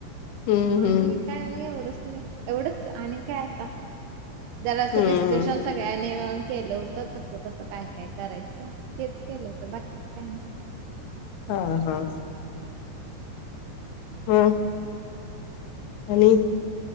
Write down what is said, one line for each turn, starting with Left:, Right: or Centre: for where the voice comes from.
Left: हम्म
Right: आणि
Left: हम्म
Right: काय नही एवढंच. एवढंच आणि काय आता. जरा असा
Left: हम्म
Right: डिस्कशन सगळ्यांनी मिळून केलं होत कस कसं काय काय करायचं हेच केलं होतं बाकीच काय नाही
Left: हा हा हूं आणि